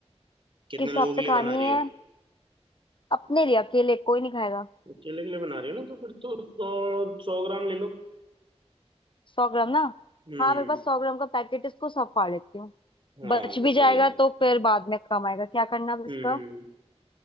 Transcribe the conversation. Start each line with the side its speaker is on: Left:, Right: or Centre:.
Right: कितने
Left: किस हिसाब
Right: लोगों के
Left: से
Right: लिए
Left: खानी
Right: बना रही
Left: है
Right: हो
Left: अपने लिए अकेले कोई नहीं खाएगा
Right: अकेले के लिए बना रही हो ना तो फिर तो सौ सौ ग्राम ले लो
Left: सौ ग्राम ना
Right: हम्म
Left: हाँ मेरे पास सौ ग्राम का पैकेट है, इसको सब फाड़ लेती हूँ
Right: हाँ
Left: बच
Right: फिर
Left: भी
Right: सही
Left: जाएगा
Right: है
Left: तो फिर बाद में काम आएगा क्या करना अब इसका
Right: हम्म हम्म, हम्म।